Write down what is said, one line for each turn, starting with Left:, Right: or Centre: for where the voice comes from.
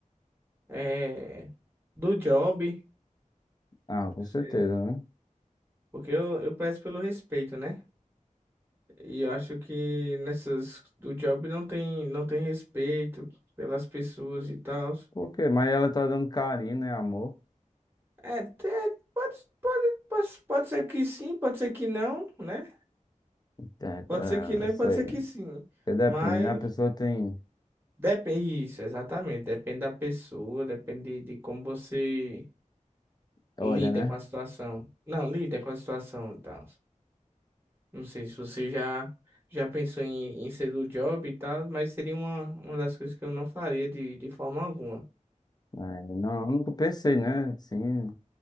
Right: É, do job.
Left: Ah, com
Right: Sim.
Left: certeza, né?
Right: Porque eu, eu peço pelo respeito, né? E eu acho que nessas do job não tem, não tem respeito pelas pessoas e tal.
Left: Por quê? Mas ela tá dando carinho, né? Amor.
Right: É, é, pode, pode, pode, pode ser que sim, pode ser que não, né?
Left: É, é,
Right: Pode ser que não
Left: eu sei.
Right: e pode ser que sim.
Left: Porque depende,
Right: Mas
Left: né? A pessoa tem.
Right: depende isso, exatamente. Depende da pessoa, depende de como você
Left: Olha,
Right: lida
Left: né?
Right: com a situação. Não, lida com a situação e tal. Não sei se você já, já pensou em, em ser do job e tal, mas seria uma, uma das coisas que eu não faria de, de forma alguma.
Left: É, não, eu nunca pensei, né? Sim,